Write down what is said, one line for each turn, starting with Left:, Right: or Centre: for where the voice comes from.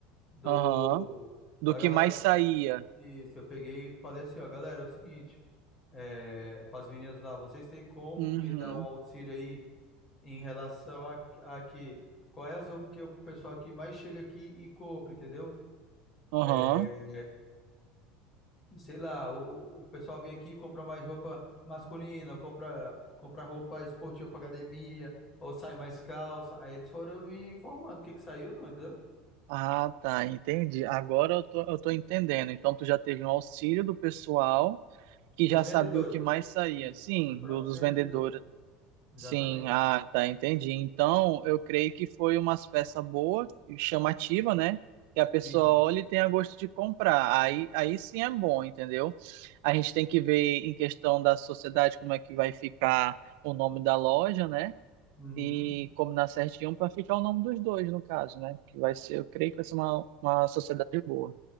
Left: do
Right: Aham. Do
Left: da
Right: que
Left: galera.
Right: mais saía.
Left: Isso, eu peguei e falei assim, ó, galera, é o seguinte, é, para as meninas lá, vocês têm como
Right: Uhum.
Left: me dar um auxílio aí em relação a, a que qual é as roupas que o pessoal aqui mais chega aqui e compra, entendeu?
Right: Aham.
Left: É, sei lá, o, o pessoal vem aqui e compra mais roupa masculina, compra, compra roupa esportiva pra academia, ou sai mais calça. Aí eles foram me informando o que que saiu não, entendeu?
Right: Ah, tá, entendi. Agora eu tô, eu tô entendendo. Então tu já teve um auxílio do pessoal que
Left: Dos
Right: já sabia
Left: vendedores.
Right: o que mais saía.
Left: Isso,
Right: Sim,
Left: dos próprios
Right: do- dos vendedores,
Left: vendedores. Exatamente.
Right: Sim, ah, tá, entendi. Então, eu creio que foi uma peça boa e chamativa, né? Que a pessoa
Left: Sim.
Right: olha e tenha gosto de comprar. Aí, aí sim é bom, entendeu? A gente tem que ver em questão da sociedade como é que vai ficar o nome da loja, né?
Left: Uhum.
Right: E combinar certinho para ficar o nome dos dois, no caso, né? Que vai ser, eu creio que vai ser uma, uma sociedade boa.